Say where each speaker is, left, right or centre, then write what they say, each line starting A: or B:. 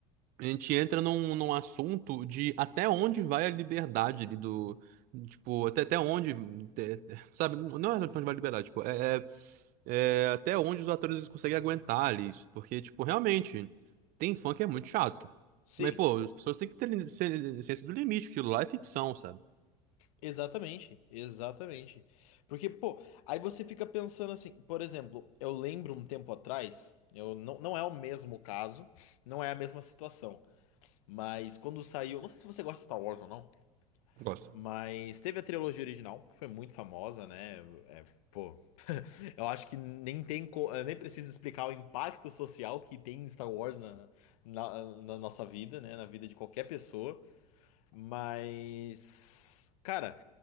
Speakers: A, on the right; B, on the left.
A: a gente entra num, num assunto de até onde vai a liberdade ali do. Tipo, até, até onde. te- te- Sabe, não é até onde vai a liberdade, tipo, é, é é, até onde os atores eles conseguem aguentar ali isso. Porque, tipo, realmente, tem fã que é muito chato.
B: sim,
A: Mas, pô, as pessoas têm que ter li- ci- ciência do limite, aquilo lá é ficção, sabe?
B: exatamente, exatamente. Porque, pô, aí você fica pensando assim, por exemplo, eu lembro um tempo atrás, eu não, não é o mesmo caso, não é a mesma situação, mas quando saiu, não sei se você gosta de Star Wars ou não,
A: Gosto.
B: mas teve a trilogia original, que foi muito famosa, né? É, pô, eu acho que nem tem, co- eu nem preciso explicar o impacto social que tem Star Wars na, na, na nossa vida, né? Na vida de qualquer pessoa. Mas, cara,